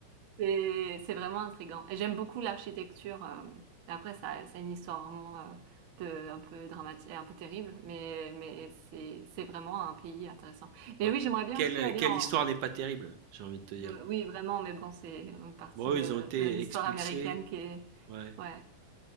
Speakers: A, on the right; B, on the right.
A: C'est c'est vraiment intriguant. Et j'aime beaucoup l'architecture. euh, Après, ça, c'est une histoire vraiment euh, de- un peu dramatique, un peu terrible, mais, mais c'est, c'est vraiment un pays intéressant. Mais
B: Bon,
A: oui, j'aimerais bien
B: quelle,
A: aussi aller
B: quelle
A: en...
B: histoire n'est pas terrible, j'ai envie de te dire.
A: euh, oui, vraiment, mais bon, c'est une partie
B: Bon,
A: de,
B: ils ont été
A: de l'histoire
B: expulsés.
A: américaine qui est...
B: Ouais,
A: Ouais,